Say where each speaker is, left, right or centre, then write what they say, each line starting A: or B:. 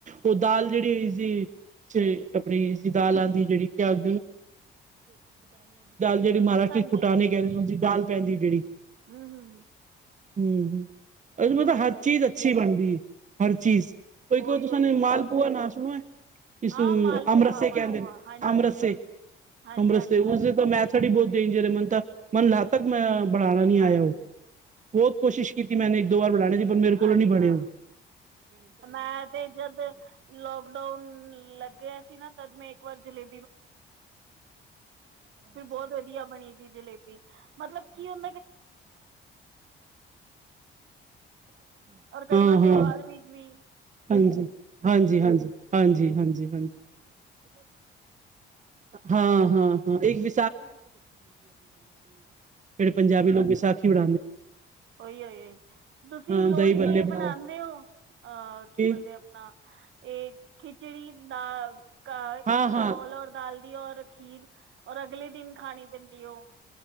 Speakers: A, on the right; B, on the right.
A: ਓ ਦਾਲ ਜੇੜੀ <unintelligible> ਆਪਣੀ ਜ ਦਾਲਾਂ ਦੀ ਜੇੜੀ ਦਾਲ ਜੇੜੀ ਮਹਾਰਾਸ਼ਟਰ
B: ਹਾਂਜੀ
A: ਚ ਫੁਟਾ ਨੀ ਕੇਂਦੇ ਦਾਲ ਪੈਂਦੀ ਜੇੜੀ
B: ਹੂੰ-ਹੂੰ
A: ਹੂੰ-ਹੂੰ <unintelligible> ਮਤਲਬ
B: ਉਹੀ
A: ਹਰ
B: ਉਹੀ
A: ਚੀਜ਼ ਅੱਛੀ ਬਣਦੀ ਏ ਹਰ ਚੀਜ਼ ਕੋਈ-ਕੋਈ
B: ਉਹੀ
A: <unintelligible>
B: ਉਹੀ
A: ਮਾਲ ਪੂਆ ਨਾ ਸੁਣੇ ਇਸ
B: ਹਾਂ ਮਾਲਪੋਹਾ
A: ਅੰਮਰਸੇ
B: ਮਾਲਪੋਹਾ
A: ਕੈਂਦੇ ਨੇ
B: ਹਾਂਜੀ
A: ਅੰਮਰਸੇ-ਅੰਮਰਸੇ
B: ਹਾਂਜੀ ਹਾਂਜੀ
A: ਉਸਦੇ
B: ਹਾਂਜੀ
A: ਤਾਂ ਮੈਚ ਸਾਡੀ ਬੋਤ ਡੇਂਜਰ ਐ ਮਨ ਤਾਂ ਮਨ ਲੱ ਤੱਕ ਮੈਂ ਬਣਾਣਾ ਨੀ
B: ਹਾਂਜੀ
A: ਆਇਆ ਓ ਬੋਤ ਕੋਸ਼ਿਸ਼ ਕੀਤੀ ਮੈਨੇ ਇੱਕ ਦੋ ਵਾਰ ਬਣਾਣੇ ਦੀ ਪਰ ਮੇਰੇ ਕੋਲੋਂ
B: ਅੱਛਾ
A: ਨੀ ਬਣਿਆ।
B: ਮੈਂ ਤੇ ਜਦ ਲੋਕਡਾਊਨ ਲੱਗਿਆ ਸੀ ਨਾ ਤਦ ਮੈਂ ਇੱਕ ਵਾਰ ਜਲੇ ਫਿਰ ਬੋਤ ਵਧੀਆ ਬਣੀ ਸੀ ਜਲੇਬੀ। ਮਤਲਬ ਕੀ ਹੁੰ ਔਰ ਕਈ
A: ਹਾਂ
B: ਵਾਰ
A: ਹਾਂ
B: ਤਿਉਹਾਰ ਵੀ ਵੀ
A: ਹਾਂਜੀ ਹਾਂਜੀ ਹਾਂਜੀ ਹਾਂਜੀ ਹਾਂਜੀ ਹਾਂਜੀ ਹਾਂ-ਹਾਂ-ਹਾਂ ਇੱ ਜੇੜ੍ਹੇ ਪੰਜਾਬੀ ਲੋਕ ਵਿਸਾਖੀ <unintelligible>
B: ਓਹੀ ਓ ਏ ਤੁਸੀਂ
A: ਹਾਂ
B: ਲੋਹੜੀ
A: ਦਹੀਂ ਬੱਲੇ
B: ਤੇ
A: ਬਣਾਓ
B: ਬਣਾਂਦੇ ਓ ਅਹ ਕੀ
A: ਇਹ
B: ਬੋਲਦੇ ਆ <unintelligible> ਏ ਖਿਚੜੀ ਦਾ ਕਾ ਇਸਦੀ
A: ਹਾਂ ਹਾਂ
B: ਚੌਲ ਔਰ ਦਾਲਦੀ ਔਰ ਖੀਰ ਔਰ ਅਗਲੇ ਦਿਨ ਖਾਣੀ ਪੈਂਦੀ ਓ।